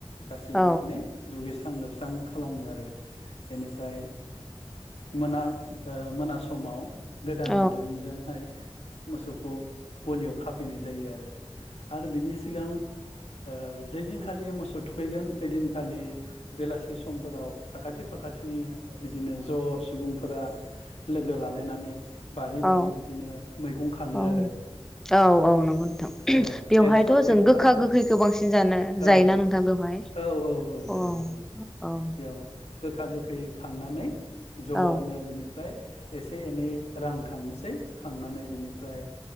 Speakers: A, on the left; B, in the centre.
A: गासिबो
B: औ
A: माने दुगै स्रां लोबस्रां खालामो आरो। बेनिफ्राय मोना ओ मोना समाव गोदान
B: औ
A: दुरुंजोंहाय मोसौखौ गलियाव खाफैनाय जायो आरो, आरो बिनि सिगां ओ जै दिनखालि मोसौ थुखैगोन ओइदिनखालि बेलासि समफोराव साखाथि फाखाथिनि बिदिनो ज' सुबुंफोरा लोगो लालायनानै। बारि बारि
B: औ
A: बिदिनो मैगं खाङो
B: औ
A: आरो
B: औ औ नंगौ नोंथां
A: औ
B: बेवहायथ'
A: एकस'
B: जों
A: एकथा
B: गोखा गोखैखौ बांसिन जानो
A: औ
B: जायोना नोंथां बेवहाय
A: औ औ जायो
B: औ
A: ओं
B: औ।
A: बेयाव गोखा गोखै खांनानै ज'नो
B: औ
A: बिनिफ्राय एसे एनै रां खांनोसै खांनानै बिनिफ्राय